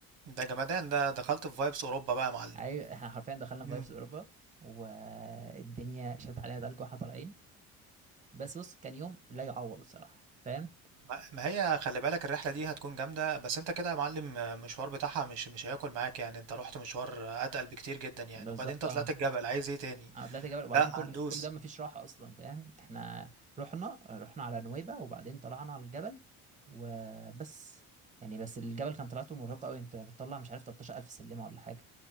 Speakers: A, on the right; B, on the right.
A: ده جمدان ده دخلت في فايبس أوروبا بقى يا معلم
B: اي احنا حرفيا دخلنا في
A: مم.
B: فايفز اوروبا والدنيا شدت علينا تلج واحنا طالعين بس بص كان يوم لا يعوض الصراحه فاهم
A: ما ما هي خلي بالك الرحلة دي هتكون جامدة بس انت كده يا معلم المشوار بتاعها مش مش هياكل معاك يعني انت رحت مشوار أتقل بكتير جدا يعني
B: بالظبط
A: وبعدين انت
B: اه
A: طلعت الجبل عايز ايه تاني
B: انا طلعت جبل وبعدين
A: لا
B: كل
A: هندوس
B: كل ده مفيش راحه اصلا فاهم احنا رحنا رحنا على نويبع وبعدين طلعنا على الجبل وبس يعني بس الجبل كان طلعته مرهقه قوي انت بتطلع مش عارف 13000 سلمه ولا حاجه